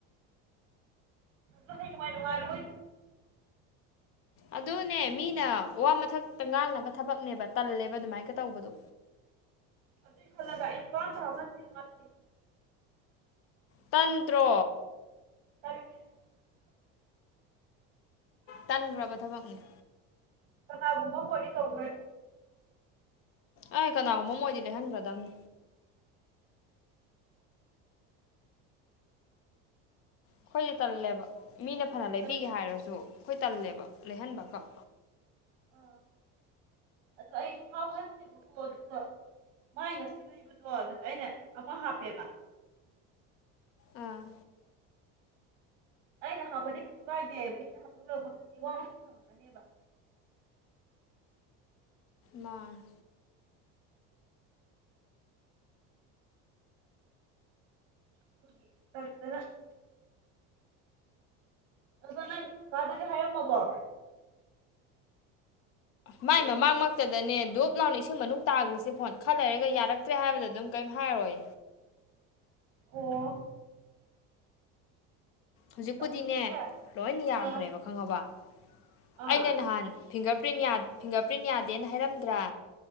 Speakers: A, on the right; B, on the left.
A: ꯑꯗꯨ <unintelligible> ꯅꯨꯡꯉꯥꯏ ꯅꯨꯡꯉꯥꯏꯔꯣꯏ
B: ꯑꯗꯨꯅꯦ ꯃꯤꯅ ꯋꯥ ꯃꯊꯛꯇ ꯉꯥꯡꯅꯕ ꯊꯕꯛꯅꯦꯕ ꯇꯜꯂꯦꯕ ꯑꯗꯨꯃꯥꯏꯅꯀ ꯇꯧꯕꯗꯣ
A: ꯑꯗꯨ ꯈꯜꯂꯒ ꯑꯩ ꯂꯨꯄꯥ ꯑꯃꯇ ꯍꯥꯞꯍꯟꯗꯦ <unintelligible>
B: ꯇꯟꯇ꯭ꯔ
A: <inaudible>
B: ꯇꯟꯈ꯭ꯔꯕ ꯊꯕꯛꯅꯦ
A: ꯀꯅꯥꯒꯨꯝꯕ ꯑꯃ ꯑꯣꯏꯔꯗꯤ ꯇꯧꯒꯔꯥꯅꯤ
B: ꯑꯩ ꯀꯅꯥꯒꯨꯝꯕ ꯑꯃ ꯑꯣꯏꯗꯤ ꯂꯩꯍꯟꯒ꯭ꯔꯗꯕꯅꯤ ꯑꯩꯈꯣꯏꯗꯤ ꯇꯜꯂꯦꯕ ꯃꯤꯅ ꯐꯅ ꯂꯩꯕꯤꯒꯦ
A: ꯇꯜ
B: ꯍꯥꯏꯔꯁꯨ ꯑꯩꯈꯣꯏ ꯇꯜꯂꯦꯕ ꯂꯩꯍꯟꯕꯒ
A: <unintelligible> ꯃꯥꯏ ꯉꯁꯤ ꯂꯩꯕꯗꯣ ꯑꯗꯨꯗ ꯑꯩꯅ ꯑꯃ ꯍꯥꯞꯄꯦꯕ
B: ꯑꯥ
A: ꯑꯩꯅ ꯍꯥꯞꯄꯅꯤ ꯀꯩꯁꯨ ꯀꯥꯏꯗꯦ ꯃꯤꯅ ꯍꯥꯞꯄ ꯂꯔꯛꯄꯗꯨꯗꯤ ꯋꯥ ꯃꯊꯪ ꯊꯪꯉꯛꯀꯅꯦꯕ
B: ꯃꯥꯅꯦ
A: <unintelligible> ꯑꯗꯣ ꯅꯪ ꯀꯥꯀꯥꯗꯗꯤ ꯍꯥꯏꯔꯝꯃꯕꯣ
B: ꯃꯥꯏ ꯃꯃꯥꯡꯃꯛꯇꯗꯅꯦ ꯗꯨꯞ ꯂꯥꯎꯅ ꯏꯁꯤꯡ ꯃꯅꯨꯡ ꯇꯥꯈ꯭ꯔꯤꯁꯦ ꯐꯣꯟ ꯈꯔ ꯂꯩꯔꯒ ꯌꯥꯔꯛ ꯇ꯭ꯔꯦ ꯍꯥꯏꯕꯗ ꯑꯗꯨꯝ ꯀꯩꯏꯝ ꯍꯥꯏꯔꯣꯏ
A: ꯑꯣ
B: ꯍꯧꯖꯤꯛꯄꯨꯗꯤꯅꯦ
A: ꯑꯗꯨꯗꯤꯅꯦ
B: ꯂꯣꯏꯅ ꯌꯥꯈ꯭ꯔꯦꯕ
A: ꯑ
B: ꯈꯪꯉꯕ
A: ꯑꯥ
B: ꯑꯩꯅ ꯅꯍꯥꯟ ꯐꯤꯡꯒꯔ ꯄ꯭ꯔꯤꯟ ꯌꯥꯗ ꯐꯤꯡꯒꯔ ꯄ꯭ꯔꯤꯟ ꯌꯥꯗꯦꯅ ꯍꯥꯏꯔꯝꯗ꯭ꯔꯥ